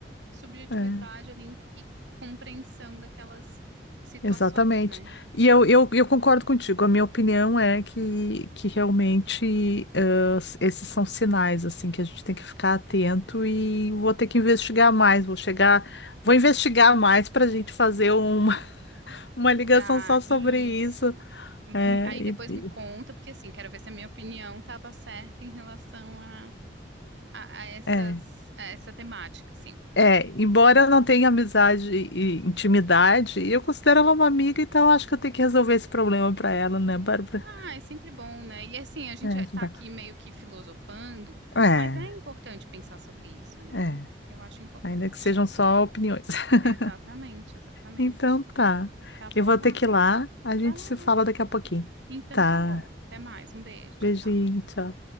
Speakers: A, on the right; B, on the left.
A: subjetividade
B: É,
A: ali e compreensão daquelas situações,
B: exatamente.
A: né?
B: E eu, eu, eu concordo contigo, a minha opinião é que, que realmente ãh, s- esses são sinais, assim, que a gente tem que ficar atento e vou ter que investigar mais, vou chegar, vou investigar mais para a gente fazer um Uma ligação
A: Tá,
B: só sobre
A: isso.
B: isso. É,
A: Me- Aí depois
B: e- e-
A: me conta, porque assim, quero ver se a minha opinião estava certa em relação a, a, a essas,
B: é,
A: a essa temática, assim, porque
B: é, embora eu não tenha amizade e intimidade, eu considero ela uma amiga, então acho que eu tenho que resolver esse problema para ela, né, Bárbara?
A: ah, é sempre bom, né? E assim, a gente
B: É, ajudar.
A: tá aqui meio que filosofando,
B: É,
A: mas é importante pensar sobre isso, né?
B: é,
A: Eu acho importante.
B: ainda que sejam só opiniões. <laughs>
A: Exatamente, exatamente.
B: Então tá.
A: Tá bom,
B: Eu vou
A: Marta?
B: ter que ir lá, a gente
A: Vai lá.
B: se fala daqui a pouquinho.
A: Então
B: Tá.
A: tá bom. Até mais. Um beijo. Tchau,
B: Beijinho,
A: tchau.
B: tchau.